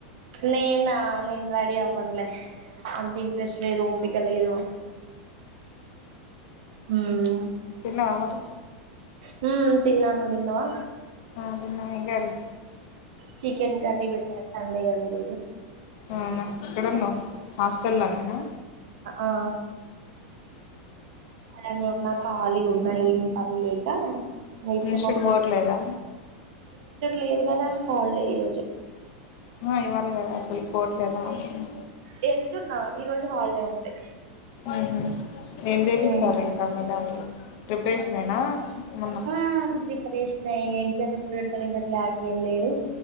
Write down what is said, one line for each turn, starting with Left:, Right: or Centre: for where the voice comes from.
Right: నేనా నేను రెడీ అవ్వనులే అంత ఇంట్రెస్ట్ లేదు ఓపిక లేదు హ్మ్
Left: తిన్నవ మరి
Right: హ్మ్ తిన్నాను నువ్ తిన్నవా
Left: ఆ తిన్న ఎం కర్రి
Right: చికెన్ కర్ర పెట్టారు సండే కాదా ఈరొజు
Left: అవునా ఎక్కడున్నవ్ హాస్టల్లో నేనా
Right: ఆ ఆర ఉన్నా ఖాళీ ఉన్నా ఏం పని లేక ఇంగ ఇప్పుడే
Left: ఇన్సుటుట్
Right: మా ఫ్రెండ్
Left: పోవట్లేదా
Right: లేదు కాదా హలిడె ఈ రోజు
Left: నో <unintelligible> అళ్ పొవట్లెద ఉంటున్నా
Right: వెళ్తున్నా ఈ రోజు హాలిడే అంతే
Left: ఆహ ఏం చేపిస్తారు
Right: హ్మ్
Left: ఇంకా మీ దాంట్లో ప్రిపరేషన్ నెనా మొన్న
Right: ఆ ప్రిపరేషన్ అయి ఎగ్జామ్ ఎప్పుడు పెత ఇంకా క్లరిటి ఏం లేదు